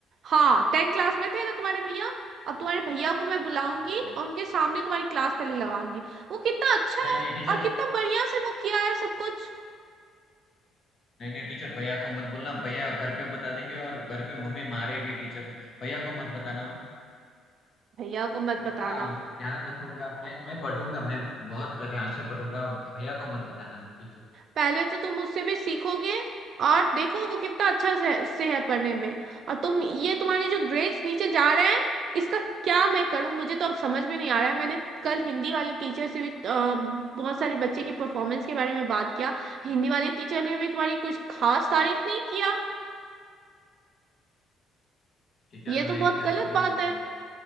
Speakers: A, on the right (about 60°); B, on the left (about 50°).
A: हाँ टेंथ क्लास में थे ना तुम्हारे भैया अब तुम्हारे भैया को मैं बुलाऊंगी
B: हाँ,
A: और उनके सामने तुम्हारी क्लास पहले लगाऊंगी वो कितना अच्छा
B: नहीं
A: है
B: नहीं टीचर
A: और कितना बढ़िया से वो किया है सब कुछ
B: नहीं नहीं टीचर भैया को मत बोलना भैया घर पे बता देंगे और घर पे मम्मी मारेगी टीचर भैया को मत बताना
A: भैया को मत
B: मैं पक्का
A: बताना
B: ध्यान रखूंगा मैं मैं पढ़ूंगा मैं बहुत ध्यान से पढ़ूंगा भैया को मत बताना टीचर
A: पहले तो तुम उससे भी सीखोगे और देखो वो कितना अच्छा से, से है पढ़ने में और तुम ये तुम्हारे जो ग्रेड्स नीचे जा रहे हैं इसका क्या मैं करूं मुझे तो अब समझ में नहीं आ रहा है मैंने कल हिंदी वाली टीचर से भी अ, बहुत सारे बच्चे की परफॉर्मेंस के बारे में बात किया हिंदी वाली टीचर ने भी तुम्हारी कुछ खास तारीफ नहीं किया
B: टीचर
A: ये तो
B: मैं
A: बहुत
B: क्या
A: गलत
B: करूँ
A: बात है
B: अब